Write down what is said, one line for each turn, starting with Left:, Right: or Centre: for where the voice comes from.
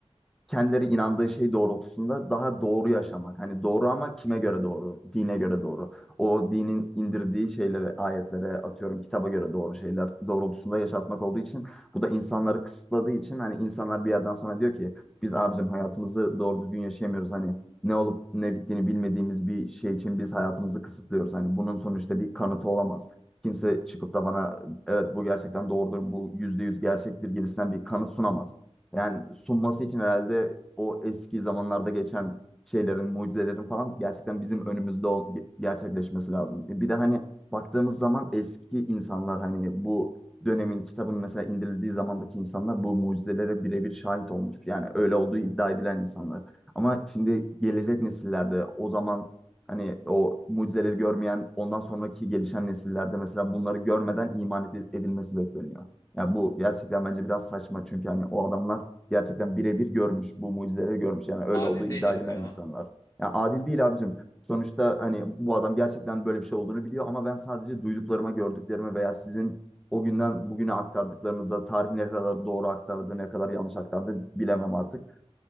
Centre: kendileri inandığı şey doğrultusunda daha doğru yaşamak. Hani doğru ama kime göre doğru? Dine göre doğru. O dinin indirdiği şeylere, ayetlere atıyorum kitaba göre doğru şeyler doğrultusunda yaşatmak olduğu için bu da insanları kısıtladığı için hani insanlar bir yerden sonra diyor ki biz abicim hayatımızı doğru düzgün yaşayamıyoruz. Hani ne olup ne bittiğini bilmediğimiz bir şey için biz hayatımızı kısıtlıyoruz. Hani bunun sonuçta bir kanıtı olamaz. Kimse çıkıp da bana evet bu gerçekten doğrudur, bu yüzde yüz gerçektir gibisinden bir kanıt sunamaz. Yani sunması için herhalde o eski zamanlarda geçen şeylerin, mucizelerin falan gerçekten bizim önümüzde ol- ge- gerçekleşmesi lazım. E, Bir de hani baktığımız zaman eski insanlar hani bu dönemin kitabın mesela indirildiği zamandaki insanlar bu mucizelere birebir şahit olmuş. Yani öyle olduğu iddia edilen insanlar. Ama şimdi gelecek nesillerde o zaman hani o mucizeleri görmeyen ondan sonraki gelişen nesillerde mesela bunları görmeden iman edi- edilmesi bekleniyor. Ya bu gerçekten bence biraz saçma çünkü hani o adamlar gerçekten birebir görmüş, bu mucizeleri görmüş. Yani öyle
Left: Adil
Centre: olduğu iddia
Left: değil diyorsun
Centre: edilen
Left: yani.
Centre: insanlar. Yani adil değil abicim. Sonuçta hani bu adam gerçekten böyle bir şey olduğunu biliyor ama ben sadece duyduklarıma, gördüklerime veya sizin o günden bugüne aktardıklarınıza tarih ne kadar doğru aktardı, ne kadar yanlış aktardı bilemem artık.